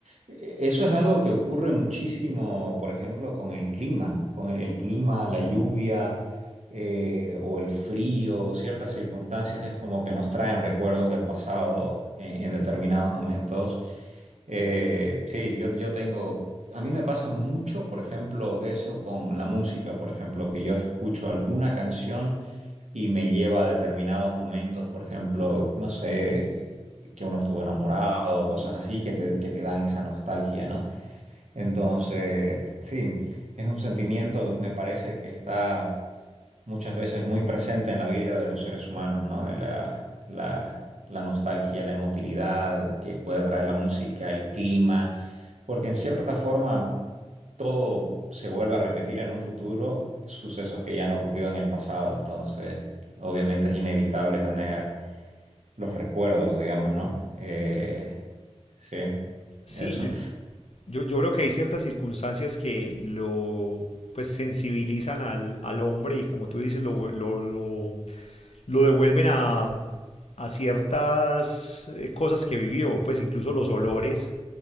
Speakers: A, on the right (about 80°); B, on the left (about 65°).
A: E- Eso es algo que ocurre muchísimo, por ejemplo, con el clima, con el clima, la lluvia eh, o el frío, ciertas circunstancias es como que nos traen recuerdos del pasado en en determinados momentos. Eh, sí, yo, yo tengo, a mí me pasa mucho, por ejemplo, eso con la música, por ejemplo, que yo escucho alguna canción y me lleva a determinados momentos, por ejemplo, no sé, que uno estuvo enamorado, cosas así que te, que te dan esa nostalgia, ¿no? Entonces, sí, es un sentimiento, me parece que está muchas veces muy presente en la vida de los seres humanos, ¿no? La, la- la nostalgia, la emotividad que puede traer la música, el clima, porque en cierta forma todo se vuelve a repetir en un futuro, sucesos que ya han ocurrido en el pasado, entonces obviamente es inevitable tener los recuerdos, digamos, ¿no? Eh, sí,
B: Sí,
A: eso,
B: yo, Yo, yo creo que hay ciertas circunstancias que lo pues sensibilizan al, al hombre y como tú dices, lo, lo, lo, lo devuelven a, a ciertas eh, cosas que vivió, pues incluso los olores,